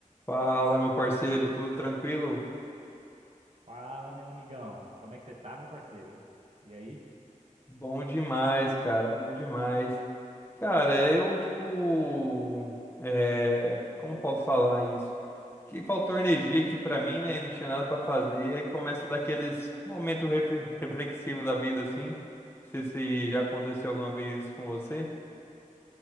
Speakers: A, on the left (about 20°); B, on the right (about 55°).
A: Fala, meu parceiro, tudo tranquilo?
B: Fala, meu amigão. Como é que você tá, meu parceiro? E aí?
A: Bom demais, cara, bom demais. Cara, eu, tipo, é... como posso falar isso? Que faltou energia aqui pra mim, né? Não tinha nada pra fazer. E aí começa daqueles momentos refle- reflexivos da vida, assim. Não sei se já aconteceu alguma vez isso com você.